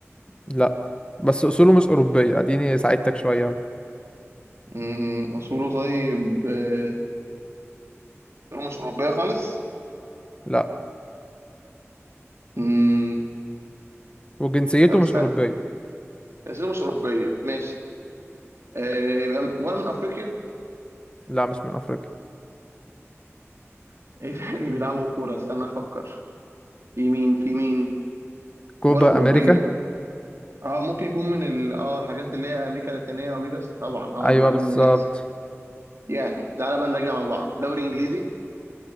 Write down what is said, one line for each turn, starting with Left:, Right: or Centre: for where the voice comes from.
Left: لا بس اصوله مش اوروبية اديني ساعدتك شوية اهو
Right: مم، أصوله طيب آه، أصوله مش أوروبية خالص؟
Left: لا
Right: مم،
Left: وجنسيته
Right: طب استنى
Left: مش اوروبية
Right: أصوله مش أوروبية ماشي آه، يبقى م- ولا من أفريقيا؟
Left: لا مش من افريقيا
Right: <laughs> إيه تاني بيلعبوا كورة استنى أفكر في مين في مين
Left: كوبا
Right: ولا أوروبية
Left: امريكا
Right: اه ممكن يكون من ال... اه الحاجات اللي هي امريكا اللاتينيه وامريكا طبعا اه
Left: ايوه
Right: دول اهم
Left: بالظبط
Right: ناس يعني تعالى بقى نرجع مع بعض دوري انجليزي